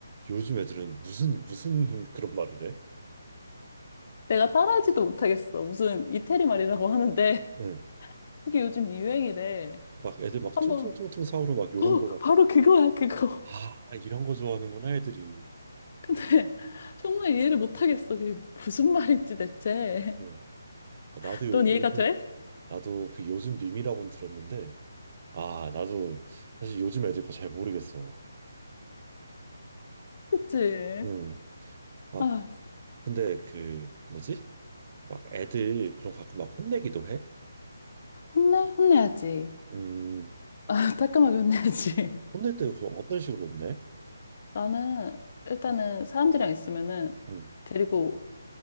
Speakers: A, on the right; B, on the left.
A: 요즘 애들은 무슨 무슨 그런 말을 해?
B: 내가 따라하지도 못하겠어. 무슨 이태리 말이라고 하는데
A: 응.
B: <laughs> 그게 요즘 유행이래.
A: 막 애들 막
B: 한번
A: 퉁퉁퉁통 사오로 막 요런
B: <laughs>
A: 거 막.
B: 바로 그거야, 그거.
A: 아, 이런 거 좋아하는구나 애들이.
B: 근데 <laughs> 정말 이해를 못하겠어. 그게 무슨 말인지 대체.
A: 응. 아, 나도
B: <laughs>
A: 요,
B: 넌 이해가
A: 요즘
B: 돼?
A: 나도 그 요즘 밈이라고는 들었는데 아, 나도 사실 요즘 애들 거 잘 모르겠어.
B: 그치?
A: 응. 아,
B: 아,
A: 근데 그 뭐지? 막 애들 그럼 가끔 막 혼내기도 해?
B: 혼내? 혼내야지.
A: 음.
B: 아, 따끔하게 혼내야지.
A: 혼낼 때그 어떤 식으로 혼내?
B: <laughs> 나는 일단은 사람들이랑 있으면은
A: 응,
B: 데리고